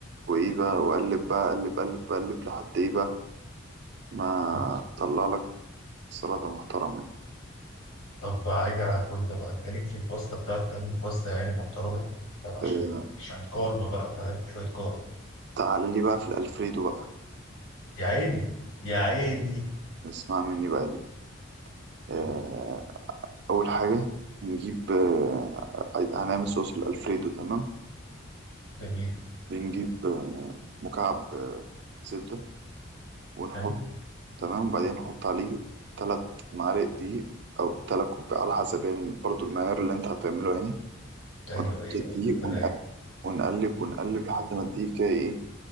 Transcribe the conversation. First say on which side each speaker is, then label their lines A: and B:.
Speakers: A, on the right; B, on the left.
A: وإيه بقى وأقلب بقى أقلب أقلب أقلب لحد إيه بقى ما
B: أوكي.
A: طلع لك سلطة محترمة يعني.
B: طب بعيدا عن كل ده بقى انت ليك في الباستا بتعرف تعمل باستا يعني محترمه طب عشان
A: إيه،
B: شويه كارب بقى فاهم شويه كارب
A: تعال لي بقى في الألفريدو بقى
B: يا عيني يا عيني
A: اسمع مني بقى دي آه،
B: طب
A: أول حاجة نجيب آه، هنعمل صوص الألفريدو تمام
B: جميل
A: بنجيب آه، مكعب آه، زبدة ونحط
B: حلو
A: تمام وبعدين حط عليه تلات معالق دقيق أو تلات كوب على حسب يعني برضو المعيار اللي أنت هتعمله يعني
B: ايوه
A: ونحط
B: ايوه
A: الدقيق
B: أيوة، طب ده
A: ونقلب
B: رايق.
A: ونقلب ونقلب لحد ما الدقيق كده إيه